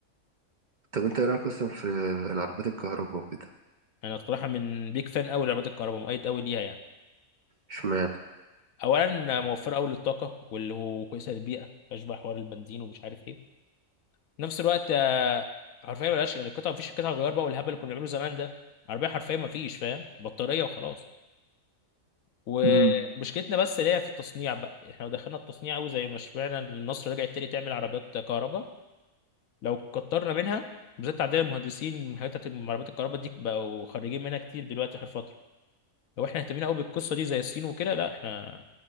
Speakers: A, on the right; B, on the left.
A: طب انت ايه رايك اصلا في العربيات الكهرباء وكده
B: انا الصراحه من بيك فان قوي لعربيات الكهرباء مؤيد قوي ليها يعني
A: اشمعنى
B: اولا موفره قوي للطاقه واللي هو كويسه للبيئه مفيهاش بقى حوار البنزين ومش عارف ايه في نفس الوقت آه، حرفيا ملهاش يعني القطع مفيش قطع غيار بقى والهبل اللي كنا بنعمله زمان ده عربيه حرفيا مفيش فاهم بطاريه وخلاص ومشكلتنا
A: امم
B: بس اللي هي في التصنيع بقى احنا لو دخلنا التصنيع قوي زي ما سمعنا إن النصر رجعت تاني تعمل عربيات كهرباء لو كترنا منها بالذات عندنا المهندسين من حاجات بتاعت عربيات الكهرباء دي بقوا خريجين منها كتير دلوقتي اخر فتره لو احنا اهتمينا قوي بالقصه دي زي الصين وكده لا احنا